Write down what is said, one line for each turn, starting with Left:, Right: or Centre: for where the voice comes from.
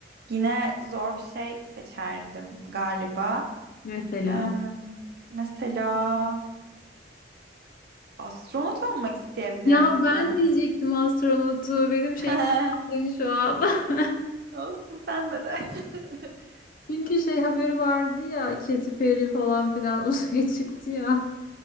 Right: yine zor bir şey seçerdim galiba.
Left: Mesela.
Right: Ee, mesela astronot olmak isteyebilirdim.
Left: Ya ben diyecektim astronotu. Benim
Right: <laughs>
Left: şeyim patladı şu an. <laughs>
Right: Olsun sende de. <laughs>
Left: Çünkü şey haberi vardı ya Katy Perry falan filan <laughs> uzaya çıktı ya.